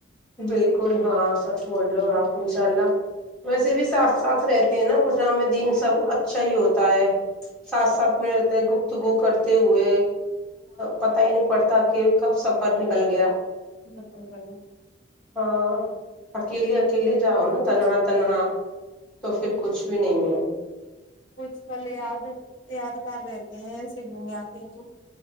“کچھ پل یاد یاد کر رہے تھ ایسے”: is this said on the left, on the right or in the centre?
Left